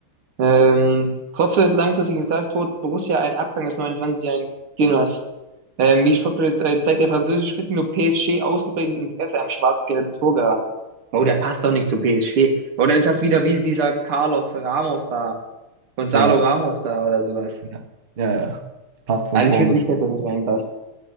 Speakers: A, on the right; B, on the right.
A: Ähm, trotz des langfristigen Vertragstod Borussia einen Abgang des 29-jährigen Gunners. Ähm, wie Sportbild äh, zeigt der französische Spitzenklub PSG ausgeprägtes Interesse am schwarz-gelben Torgarten. Oh, der passt doch nicht zu PSG. Oder ist das wieder wie dieser Carlos Ramos da, Gonzalo
B: Ja,
A: Ramos da oder sowas?
B: ja, ja. ja. Das passt von
A: Also
B: vorn
A: ich finde
B: bis
A: nicht,
B: hinten.
A: dass er nicht reinpasst,